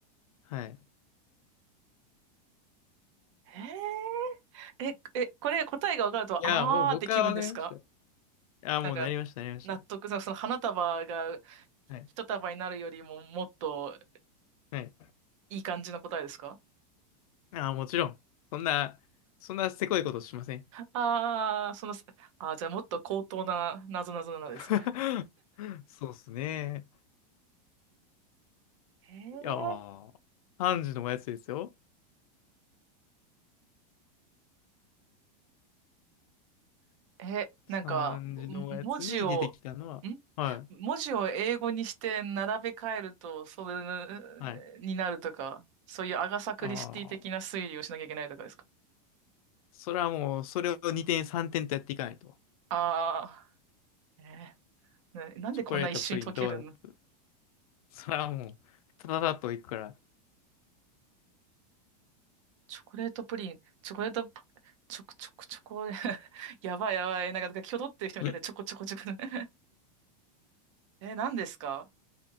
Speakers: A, on the left; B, on the right.
A: はい。
B: へええ、え、これ答えが分かると、
A: いや、
B: あーって気分ですか
A: もう僕は分かりました。いや、もうなりました、
B: なんか、
A: なりました。
B: 納得、そのその花束が
A: はい。
B: 一束になるよりももっと
A: はい。
B: いい感じの答えですか
A: あ、もちろん。そんな、そんなせこいことしません。
B: ああー、その、あーじゃあもっと高等な謎々なんですね。
A: <laughs> そうっすね。
B: へえ。
A: いやー、3時のおやつですよ。
B: <laughs> え、なんか、
A: 3時のおやつに出てきたのは、
B: も文字を、ん
A: は
B: 文字を英語にして並べ替えると、それ
A: い、はい。
B: になるとか、そういうアガサ・クリスティ的な推理をしなきゃいけないとかですか
A: ああ、それはもう、それを2点3点とやっていかないと。
B: ああー、えーな、なんでこんな一瞬に溶けるの
A: チョコレート、プリン、ドーナツ。それはもう、ただだといくから。
B: チョコレートプリン、チョコレート、チョコチョコチョコ、<laughs> やばいやばい、なんか、なんか、キョドってる人みたいで、
A: <laughs>
B: チョコチョコチョコ。え、何ですか